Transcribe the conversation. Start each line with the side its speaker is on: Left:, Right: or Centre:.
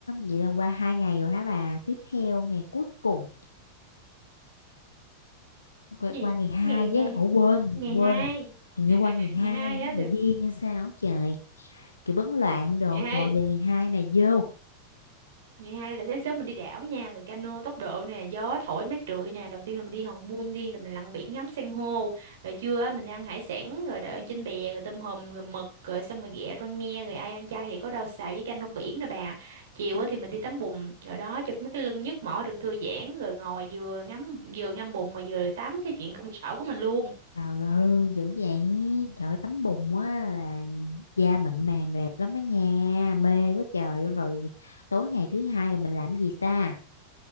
Left: Vậy là qua hai ngày rồi hả bà? Tiếp theo ngày cuối cùng qua,
Right: gì
Left: qua ngày 2
Right: ngày ngày
Left: chứ ủa quên
Right: ngày hai
Left: quên hình như qua ngày 2
Right: ngày hai
Left: nó
Right: hết
Left: bị
Right: rồi
Left: điên hay sao á trời kiểu bấn loạn đồ
Right: ngày hai
Left: rồi giờ ngày hai này vô
Right: ngày hai là sáng sớm mình đi đảo nha rồi cano tốc độ nè gió thổi mát rượi nè đầu tiên là mình đi Hòn Mun đi là mình lặn biển ngắm san hô rồi trưa á, mình ăn hải sản rồi đợi trên bè rồi tôm hùm rồi mực rồi xong rồi ghẹ rang me rồi ai ăn chay thì có rau xào với canh rong biển nè bà chiều á thì mình đi tắm bùn rồi đó cho mấy cái lưng nhức mỏi được thư giãn rồi ngồi vừa ngắm vừa ngâm bùn mà vừa tám cái chuyện công sở của mình luôn
Left: trời ơi dữ vậy trời ơi, tắm bùn á là da mịn màng đẹp lắm á nha mê quá trời luôn rồi tối ngày thứ hai là mình làm gì ta